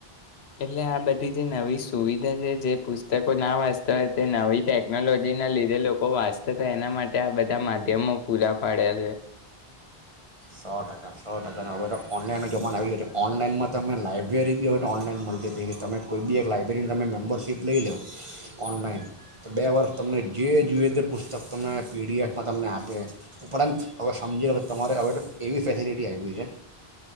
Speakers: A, on the left; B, on the right.
A: એટલે આ બધી જે નવી સુવિધા છે જે પુસ્તકો ના વાંચતા હોય તે નવી ટેકનોલોજીના લીધે લોકો વાંચતા હતા એના માટે આ બધા માધ્યમો પૂરા પાડે છે
B: સો ટકા સો ટકાનો હવે તો ઓનલાઈનનો જમાનો આવી ગયો છે ઓનલાઈનમાં તમે લાઇબ્રેરી બી હવે તો ઓનલાઈન મળતી થઈ ગઈ તમે કોઈ બી એક લાઇબ્રેરીની તમે મેમ્બરશીપ લઈ લ લો ઓનલાઈન તો બે વર્ષ તમને જે જોઈએ તે પુસ્તક તમે પીડીએફમાં તમને આપે ઉપરાંત હવે સમજી લો કે તમારે હવે એવી ફેસિલિટી આવી છે